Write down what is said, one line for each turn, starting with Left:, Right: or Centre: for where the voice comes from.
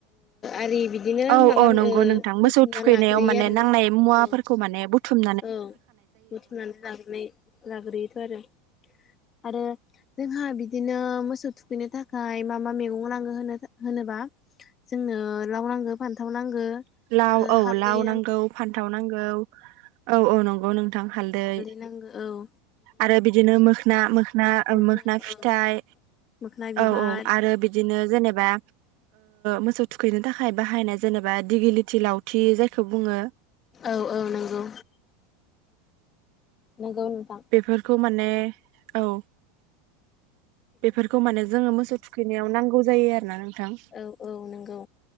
Left: आरि बिदि बिदिनो
Right: औ
Left: माबा
Right: औ नंगौ नोंथां मोसौ
Left: बुथुमना
Right: थुखैनायाव
Left: लाग्रोयो
Right: माने
Left: आरोना
Right: नांनाय मुवाफोरखौ
Left: औ
Right: माने बुथुम
Left: औ बुथुमनानै लाग्रो लाग्रोयोथ' आरो आरो जोंहा बिदिनो मोसौ थुखैनो थाखाय मा-मा मैगं नांगौ होन होनोबा जोंनो लाव नांगो फानथाव नांगो
Right: लाव
Left: ओ
Right: औ
Left: हालदै
Right: लाव नांगौ फान्थाव नांगौ औ-औ नंगौ नोंथां हालदै
Left: नंगौ औ
Right: आरो बिदिनो मोखोन मोखोन
Left: मोखोना
Right: मोखोन फिथाइ
Left: ओं मोखोना बिबार
Right: औ-औ आरो बिदि बिदिनो जेनेबा मोसौ थुखैनो थाखाय बाहायनाय जेनेबा दिगि लथि लावथि जायखौ बुङो
Left: औ-औ नंगौ नंगौ नोंथां।
Right: बेफोरखौ माने औ बेफोरखौ माने जोङो मोसौ थुखैनायाव नांगौ जायो आरो ना नोंथां।
Left: औ-औ नंगौ